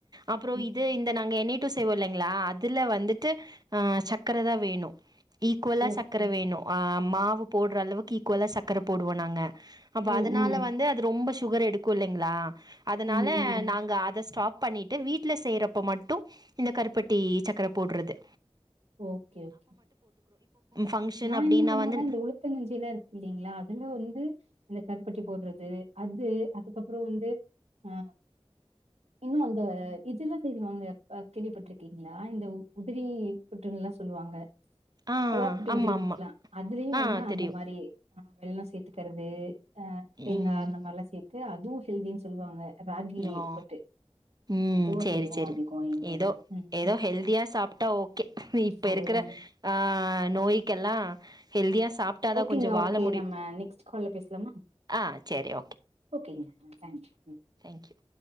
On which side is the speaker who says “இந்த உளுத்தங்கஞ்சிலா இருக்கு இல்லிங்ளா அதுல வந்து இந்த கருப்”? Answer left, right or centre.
Right